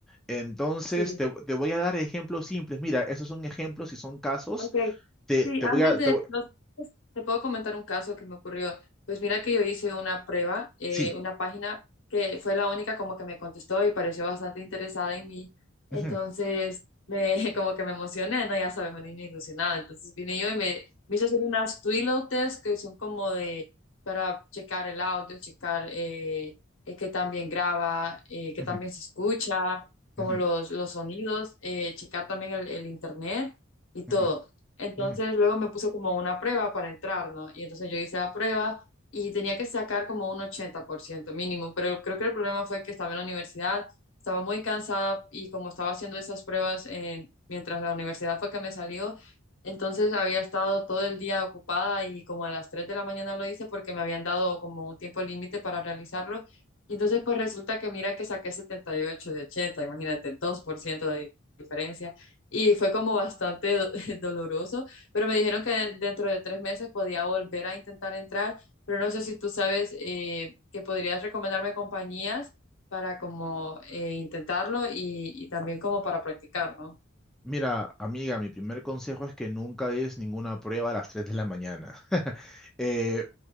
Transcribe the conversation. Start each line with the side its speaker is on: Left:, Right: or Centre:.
Centre: Entonces,
Left: Sí,
Centre: te, te voy a dar ejemplos simples. Mira, esos son ejemplos y son casos.
Left: Ok,
Centre: Te,
Left: sí,
Centre: te
Left: antes
Centre: voy a...
Left: de
Centre: te voy-
Left: los... Te puedo comentar un caso que me ocurrió. Pues mira que yo hice una prueba, eh,
Centre: Sí.
Left: una página que fue la única como que me contestó y pareció bastante interesada en mí. Entonces,
Centre: Ujú.
Left: me, <laughs> como que me emocioné, ¿no? Ya sabes, un niño ilusionado. Entonces vine yo y me, me hice hacer unas Twilio test que son como de, para checar el audio, checar eh, eh, qué tan bien graba, eh, qué
Centre: <laughs> Ujú,
Left: tan bien se escucha, como
Centre: ujú,
Left: los, los sonidos, eh, checar también el el internet y todo.
Centre: ujú,
Left: Entonces
Centre: ujú.
Left: luego me puso como una prueba para entrar, ¿no? Y entonces yo hice la prueba y tenía que sacar como un 80% mínimo, pero creo que el problema fue que estaba en la universidad, estaba muy cansada y como estaba haciendo esas pruebas eh, mientras la universidad fue que me salió, entonces había estado todo el día ocupada y como a las 3 de la mañana lo hice porque me habían dado como un tiempo límite para realizarlo. Y entonces pues resulta que mira que saqué 78 de 80, imagínate, 2% de diferencia y fue como bastante do- <laughs> doloroso, pero me dijeron que dentro de tres meses podía volver a intentar entrar, pero no sé si tú sabes eh, que podrías recomendarme compañías para como eh, intentarlo y, y también como para practicar, ¿no?
Centre: Mira, amiga, mi primer consejo es que nunca des ninguna prueba a las 3 de la mañana. <laughs> Eh,